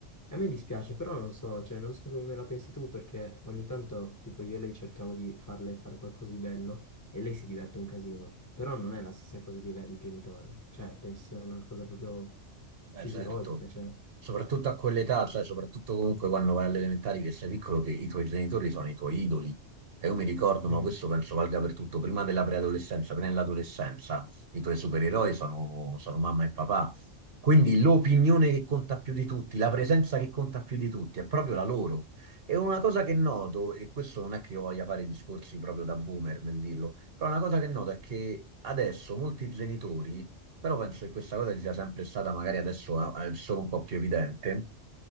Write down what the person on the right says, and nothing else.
Beh,
certo.
Soprattutto a quell'età, cioè soprattutto comunque quando vai alle elementari che sei piccolo, che i tuoi genitori sono i tuoi idoli. E io mi ricordo,
ma questo penso valga per tutto, prima della preadolescenza, prima dell'adolescenza, i tuoi supereroi sono, sono mamma e papà. Quindi l'opinione che conta più di tutti, la presenza che conta più di tutti, è proprio la loro. E una cosa che noto, e questo non è che io voglia fare discorsi proprio da boomer nel dirlo, però una cosa che noto è che adesso molti genitori però penso che questa cosa ci sia sempre stata, magari adesso è è solo un po' più evidente.